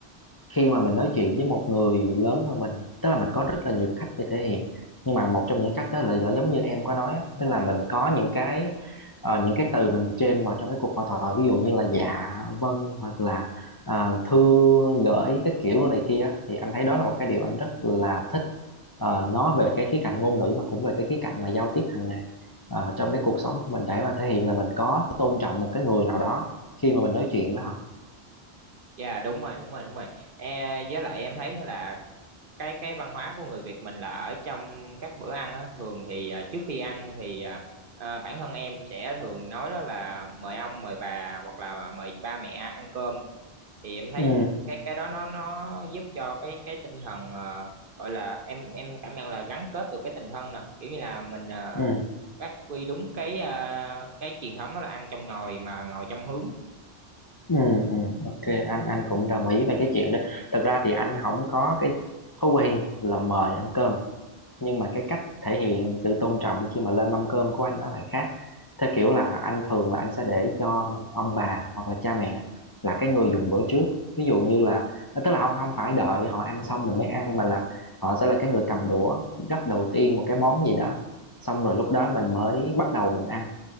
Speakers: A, on the left; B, on the right.
A: khi mà mình nói chuyện với một người lớn hơn mình tức là mình có rất là nhiều cách để thể hiện nhưng mà một trong những cách đó là, là giống như em có nói á, tức là mình có những cái ờ, những cái từ mình chêm vào trong cái cuộc hội thoại ví dụ như là dạ vâng hoặc là à, thư gửi cái kiểu đồ này kia á, thì anh thấy đó là một cái điều anh rất là thích Ờ, nó về cái khía cạnh ngôn ngữ mà cũng về cái khía cạnh mà giao tiếp hàng ngày ờ, trong cái cuộc sống của mình để mà thể hiện là mình có tôn trọng một cái người nào đó khi mà mình nói chuyện với họ
B: dạ đúng rồi đúng rồi đúng rồi e, với lại em thấy nữa là cái cái văn hóa của người Việt mình là ở trong các bữa ăn á thường thì à, trước khi ăn thì à, à, bản thân em sẽ thường nói đó là mời ông mời bà hoặc là mời ba mẹ ăn cơm thì em thấy
A: ừ
B: cái cái đó nó nó giúp cho cái cái tinh thần ờ, gọi là em em cảm nhận là gắn kết được cái tình thân nè kiểu như là mình ờ,
A: ừ
B: phát huy đúng cái ờ, cái truyền thống đó là ăn trong ngồi mà ngồi trong hướng
A: Ừ, ừ, ok anh anh cũng đồng ý về cái chuyện đó thật ra thì anh không có cái thói quen là mời ăn cơm nhưng mà cái cách thể hiện sự tôn trọng khi mà lên mâm cơm của anh nó lại khác theo kiểu là anh thường là anh sẽ để cho ông bà hoặc là cha mẹ là cái người dùng bữa trước ví dụ như là ờ, tức là không không phải đợi họ ăn xong mình mới ăn mà là họ sẽ là cái người cầm đũa gắp đầu tiên một cái món gì đó xong rồi lúc đó mình mới bắt đầu mình ăn